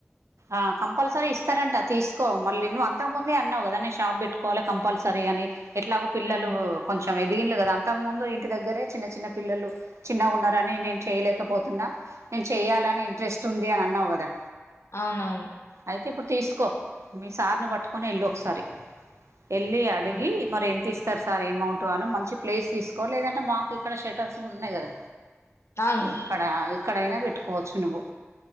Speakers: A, on the right; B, on the left.
A: ఆ కంపల్సరీ ఇస్తారంట తీసుకో మళ్ళీ నువ్వు అంతకు ముందే అన్నావు కదా నే షాప్ పెట్టుకోవాలి కంపల్సరీ అని ఎట్లాగో పిల్లలు
B: హ్మ్.
A: కొంచెం ఎదిగిన్లు కదా అంత ముందు ఇంటి దగ్గరే చిన్న చిన్న పిల్లలు చిన్నగా ఉన్నారని నేను చేయలేకపోతున్నా నేను చెయాలని ఇంట్రెస్ట్ ఉంది అని అన్నావు కదా
B: అవునవును
A: అయితే ఇప్పుడు తీసుకో మీ సార్ని పట్టుకొని ఏళ్ళు ఒకసారి వెళ్లి అడిగి
B: హ్మ్.
A: మరి ఎంతిస్ స్టర్ సార్ ఏమౌంట్ అను మంచి ప్లేస్ తీసుకో లేదంటే మాకు ఇక్కడ షటర్స్ కూడా ఉన్నాయి కదా
B: అవును
A: ఇక్కడ ఇక్కడైనా పెట్టుకోవచ్చు నువ్వు